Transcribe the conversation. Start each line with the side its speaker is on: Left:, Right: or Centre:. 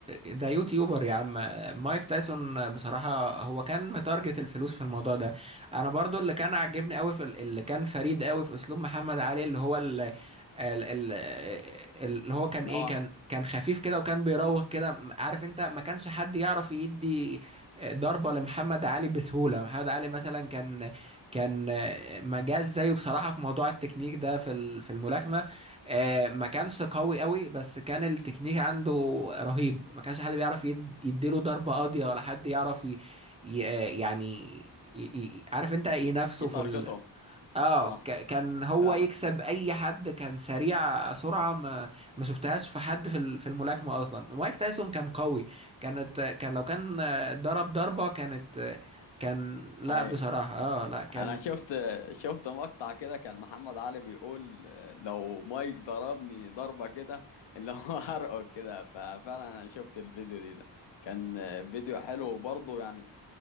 Right: ده يوتيوبر يا عم مايك تايسون بصراحه هو كان متارجت الفلوس في الموضوع ده انا برضو اللي كان عاجبني قوي في اللي كان فريد قوي في اسلوب محمد علي اللي هو ال- ال- ال- اللي هو كان
Left: ان
Right: ايه
Left: هو
Right: كان كان خفيف كده وكان بيراوغ كده عارف انت ما كانش حد يعرف يدي آه، ضربة لمحمد علي بسهولة محمد علي مثلا كان كان مجاز زيه بصراحة في موضوع التكنيك ده في ال- في الملاكمة آه، ما كانش قوي قوي بس كان التكنيك عنده رهيب ما كانش حد بيعرف يد- يديله ضربة قاضية ولا حد يعرف ي... ي... آه، يعني ي... ي... عارف انت ينافسه
Left: ي- يتارجته
Right: في ال... اه
Left: اه
Right: ك... كان هو
Left: فاهمك
Right: يكسب اي حد كان سريع سرعة ما ما شفتهاش في حد في ال- في الملاكمة اصلا مايك تايسون كان قوي كانت كان لو كان آه، ضرب ضربة كانت آه، كان لا
Left: ايوه
Right: بصراحة اه لا كان
Left: انا شفت شفت مقطع كده كان محمد علي بيقول آه، لو مايك ضربني ضربه كده اللي هو <laughs> هرقه كده ففعلا انا شفت الفيديو دي ده كان آه، فيديو حلو برضه يعني